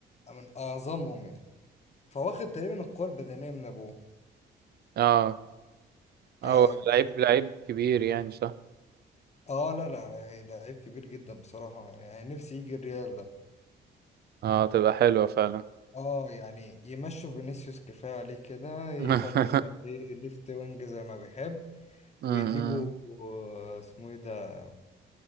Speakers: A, on the left; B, on the right.
A: من اعظمهم يعني فواخد تقريبا القوة البدنية من ابوه
B: اه
A: كجوه
B: هو لعيب لعيب كبير يعني صح
A: اه لا لا ده عيب كبير جدا بصراحة يعني نفسي يجي الريال ده
B: اه تبقى حلوة فعلا
A: اه يعني يمشوا فينيسيوس كفاية عليه كده يخلوا
B: <laughs>
A: مبابي ليفت وينج زي ما بيحب
B: امم
A: ويجيبوا آه، اسمه ايه ده